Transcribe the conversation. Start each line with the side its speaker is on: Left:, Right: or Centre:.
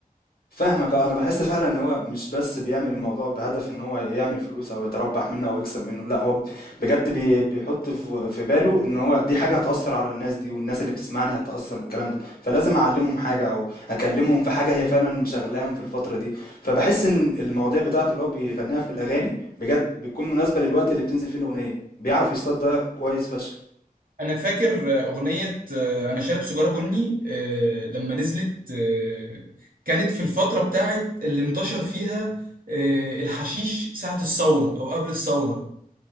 Left: فاهمك اه انا بحس فعلا ان هو مش بس بيعمل الموضوع بهدف ان هو يعمل فلوس او يتربح منه او يكسب منه لا هو بجد بي- بيحط في في باله ان هو دي حاجه هتاثر على الناس دي والناس اللي بتسمعني هتاثر بالكلام ده فلازم اعلمهم حاجه او اكلمهم في حاجه هي فعلا مشغلاهم في الفتره دي فبحس ان المواضيع بتاعته اللي هو بيغنيها في الاغاني بجد بيكون مناسبه للوقت اللي بتنزل فيه الاغنيه بيعرف يصطاد ده كويس فشخ
Right: انا فاكر اغنيه آه، انا شارب سيجاره بني آه، لما نزلت آه، كانت في الفتره بتاعت اللي انتشر فيها آه، الحشيش ساعه الثوره او قبل الثوره